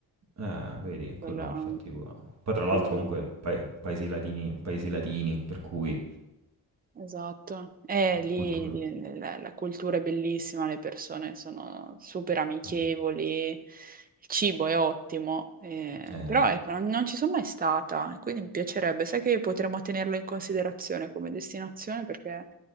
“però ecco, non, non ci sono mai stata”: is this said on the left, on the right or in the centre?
Right